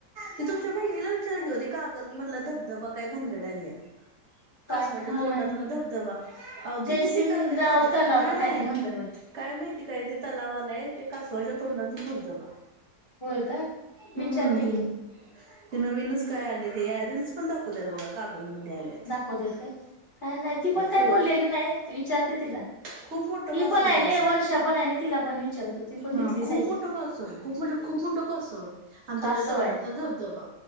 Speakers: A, on the right (about 50°); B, on the left (about 30°).
A: ते तुमच्या बहिणीला विचारा कि ओ ते कागल मधला धबधबा काय भानगड आलीया?
B: काय
A: कासवाच्या
B: मला
A: तोंडातनं
B: नाही
A: धबधबा आवो
B: जयसिंग
A: किती हिट आलंय
B: राव
A: सध्या
B: तलाव
A: नाय
B: का कायतरी
A: नाय
B: म्हणतात वाटतं
A: काय माहिती काय ते तलाव आलय? ते कासवाच्या तोंडातून धबधबा.
B: होय काय? विचारते
A: हम्म ते
B: की
A: ते नवीनच काय आले ते या <unintelligible> पण दाखवत्यात बगा. कागलमध्ये आले
B: दाखवत्यात काय? काय नाही ती पण काही
A: खू
B: बोल्ल्याली नाय विचारते तिला.
A: खूप मोठं
B: ती
A: कासव
B: पणेय
A: आहे असं.
B: नी वर्षा पणय नी तिला पण विचारतो ती पण
A: हा
B: तिथलीचय
A: खूप मोठं
B: की.
A: कासव आहे खूप म्हणजे खूप मोठ कासंवय आणि
B: कासव
A: त्याच्या तोंडातनं
B: आहे.
A: धबधबा.